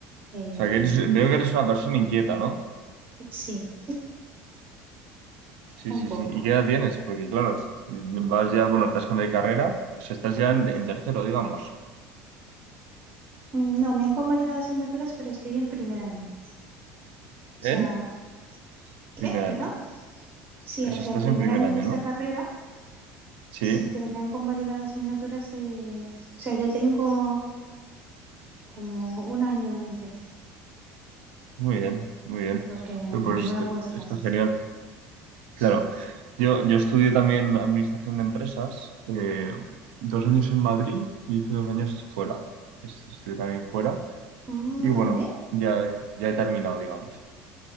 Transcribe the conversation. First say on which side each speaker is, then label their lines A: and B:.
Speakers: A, on the right; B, on the right.
A: em,
B: sea, que eres- veo que eres una persona inquieta, ¿no?
A: sí,
B: Sí,
A: un
B: sí,
A: poco.
B: sí. ¿Y qué edad tienes? Porque claro, es- vas ya, bueno, te has cambiado de carrera, o sea, estás ya en,
A: Mm,
B: en tercero, digamos.
A: mm, No, me han convalidado asignaturas, pero estoy en primer año. O sea,
B: ¿En?
A: ¿qué?
B: Primer año.
A: Perdón. Sí,
B: Eso,
A: o sea,
B: estás
A: en primer
B: en primer
A: año
B: año,
A: de esta
B: ¿no?
A: carrera,
B: Sí.
A: sí, pero me han convalidado asignaturas de... O sea, ya tengo como un año entero,
B: Muy bien, muy bien.
A: por lo que a
B: Pues
A: lo mejor me
B: está,
A: la puedo sacar
B: está
A: antes.
B: genial. Claro,
A: Sí.
B: yo, yo estudié también administración de empresas, eh, dos años en Madrid y hice dos años fuera. Es- Estudié también fuera
A: Mm,
B: y bueno,
A: ¿Dónde?
B: ya, he- ya he terminado, digamos.